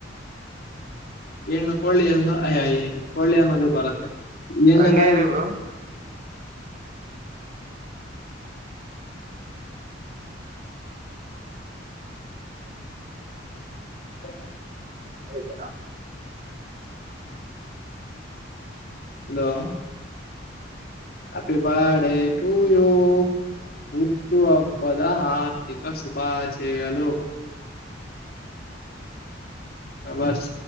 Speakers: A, on the left (about 55°); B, on the right (about 40°).
A: ಹೆಣ್ಣು ಕೊಳ್ಳಿನ್ನು ಅಯ. ಕೋಳ್ಳೆ ಅನ್ನೋದು ಬರತ್ತೆ ಹೆಣ್ಣ್
B: ಹಂಗಗೆ
A: ನಾಯಿ.
B: ಇರಿ ಬ್ರೋ
A: <inaudible>
B: ಅದೇ ಜನಾ.
A: Hello. Happy birthday to you. ಹುಟ್ಟುಹಬ್ಬದ ಆರ್ಥಿಕ ಶುಭಾಶಯಗಳು. ಹ ಬಸ್